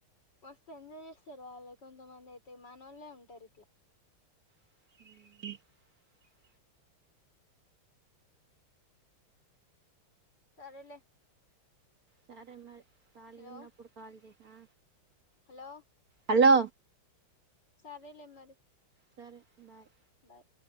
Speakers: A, on the left; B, on the right.
A: మస్తు ఎంజాయ్ చేస్తారు వాళ్ళు కొంతమంది అయితే మాన వాళ్ళే ఉంటారు ఇట్లా
B: హ
A: సరేలే
B: సరే మరి కాళగా
A: హలో
B: ఉన్నప్పుడు కాళ చే ఆ
A: హలో
B: కల
A: సరేలేమ్ మరి
B: సరే బాయ్
A: బాయ్